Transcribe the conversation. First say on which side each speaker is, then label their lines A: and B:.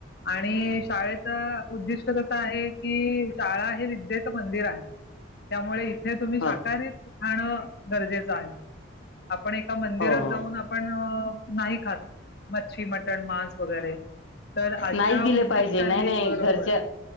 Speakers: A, on the left; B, on the left.
A: आणि शाळेच उद्दिष्ट कस आहे की शाळा हे विद्येचं मंदिर आहे. त्यामुळे इथे तुम्ही शाकाहारीत
B: हो
A: खाणं गरजेचं आहे. आपण एका मंदिरात
B: हो हो
A: जाऊन आपण नाही खात. मच्छी, मटन, मांस, वगैरे तर अशा
B: नाही दिले
A: उद्दिष्टाने
B: पाहिजे नाही नाही
A: बरोबर,
B: घरच्या